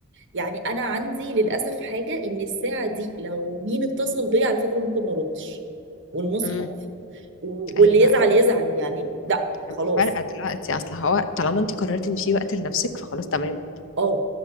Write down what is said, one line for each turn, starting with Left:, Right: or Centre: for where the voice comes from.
Right: يعني أنا عندي للأسف حاجة إن الساعة دي لو مين اتصل بيا على فكرة ممكن ما أردش
Left: <laughs>
Right: والمصحف
Left: امم
Right: و-
Left: ايوه
Right: واللي يزعل
Left: ايوه
Right: يزعل يعني لا خلاص
Left: مش فارقه دلوقتي اصل هو طالما انت قررتي ان في وقت لنفسك فخلاص تمام
Right: اه